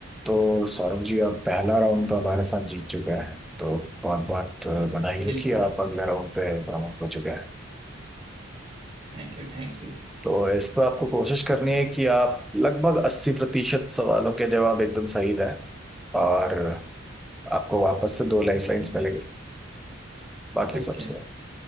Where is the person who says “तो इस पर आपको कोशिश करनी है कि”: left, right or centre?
Centre